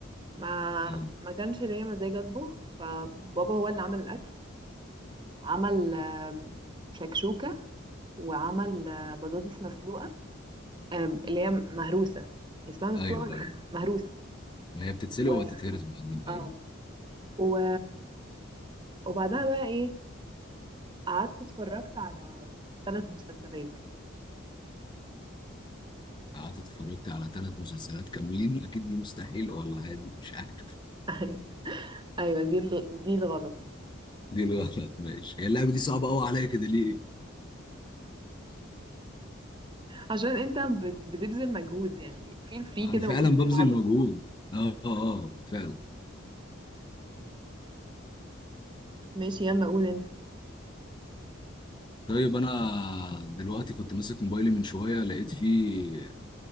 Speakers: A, on the right; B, on the left.
A: ما
B: مم.
A: ما كانش ليا مزاج اطبخ فبابا هو اللي عمل الاكل عمل أم، شكشوكة وعمل أه، بطاطس مسلوقة أم، اللي هي مهروسة يعني اسمها مسلوقة
B: ايوه
A: ولا
B: ايوه
A: مهروسة
B: ما هي بتتسلق
A: مهروسة.
B: وهتتهرس بعدين
A: و اه
B: ايوه
A: و وبعدها بقى ايه قعدت اتفرجت على ثلاث مسلسلات
B: قعدت اتفرجت على ثلاث مسلسلات كاملين اكيد دي مستحيل ولا عادي مش عارف
A: <laughs> ايوه دي ال- دي الغلط
B: <laughs> دي الغلط ماشي هي اللعبه دي صعبه قوي عليا كده ليه
A: عشان انت بت- بتبذل مجهود يعني في في كده
B: انا فعلا
A: وقول إيه
B: ببذل
A: العبط
B: مجهود اه اه آه، فعلا
A: ماشي يلا قول انت
B: طيب انا دلوقتي كنت ماسك موبايلي من شويه لقيت فيه